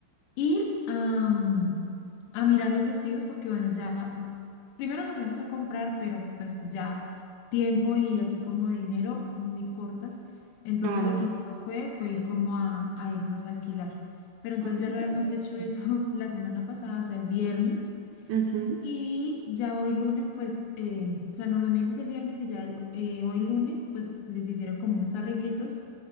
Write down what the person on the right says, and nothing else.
claro.
Ah,
no,
pero...
Ujú,